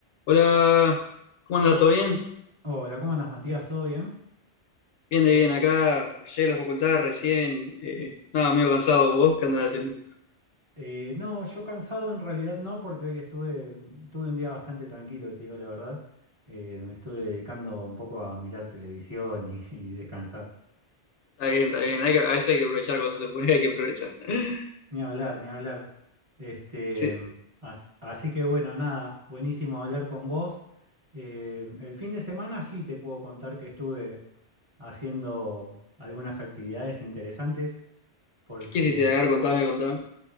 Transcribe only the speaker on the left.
Hola, ¿cómo andas?
¿Todo bien?
Bien de
bien, acá llegué a la facultad recién, eh, nada, medio cansado, ¿vos qué andás haciendo?
Está bien, está bien, hay que- a veces hay que aprovechar cuando se puede, <laughs> hay que aprovechar. <laughs>
Sí.
¿Qué hiciste? A ver, contame, contame.